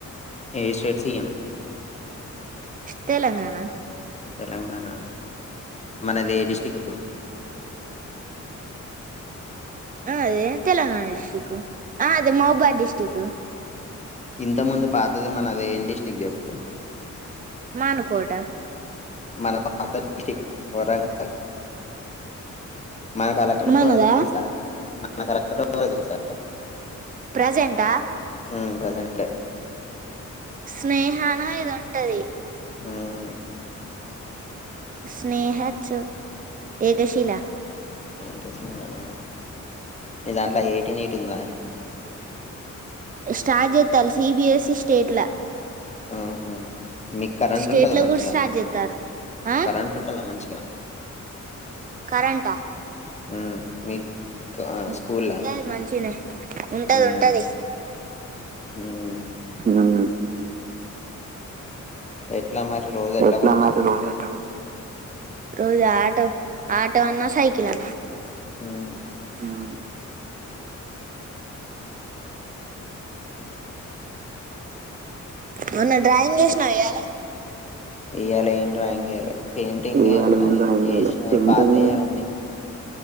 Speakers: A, on the left; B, on the right.
A: ఏ స్ట్రేట్ సిఎం
B: తెలంగాణ
A: తెలంగాణ మనది ఏ డిస్టిక్ <inaudible>
B: అదే తెలంగాణ డిస్టక్ ఆ అదే మౌబాద్ డిస్టక్
A: ఇంతకు ముందు పాతది మనది ఎం డిస్టిక్ చెప్పు
B: మానుకోట
A: మన పాత డిస్టిక్ వరంగల్ మన కలెక్టర్
B: మనదా
A: ఎవరో తెలుసా మన కలెక్టర్ ఎవరో తెలుసా
B: ప్రెసెంట్ ఆ
A: మ్మ్ ప్రెజెంటే
B: స్నేహానో ఏదో ఉంటది
A: ఉమ్మ్
B: స్నేహచు ఏకశిలా
A: ఇంట్రెస్ంగ్ందన్న మీ దాంట్లో ఐఐటీ నీట్ ఉందా <inaudible>
B: స్టాట్ చేస్తారు సిబిఎస్ఈ స్టేట్ లా
A: ఆహ మీకు కరెంట్
B: స్టేట్
A: ఉంటందా
B: లో
A: మంచిగా
B: కూడా స్టార్ట్ చేస్తారు ఆ
A: కరెంట్ ఉంటందా మంచిగా గా
B: కరెంట్ ఆ
A: ఉమ్మ్ మి ఇంకా
B: ఉంటది
A: స్కూల్లా
B: మంచినే ఉంటది
A: మ్మ్
B: ఉంటది
A: మ్మ్ <inaudible>
B: ఉమ్మ్
A: ఎట్లా మరి రోజు
B: ఎట్లా
A: పోతావ్
B: మరి రోజు ఎట్లా పోతావ్ రోజా ఆటో ఆటో అన్నా సైకిల్ అన్నా
A: ఉమ్మా
B: ఉం అవునా డ్రాయింగ్ జేశ్నావియాల
A: ఇయ్యాల ఏం డ్రాయింగ్ ఎయ్లే పెయింటింగ్
B: ఇయ్యాల
A: ఎ
B: ఏం డ్రాయింగ్
A: ఏశ్న
B: ఏయలే
A: అయి
B: పెయింటింగ్
A: పాతయె ఉన్నయి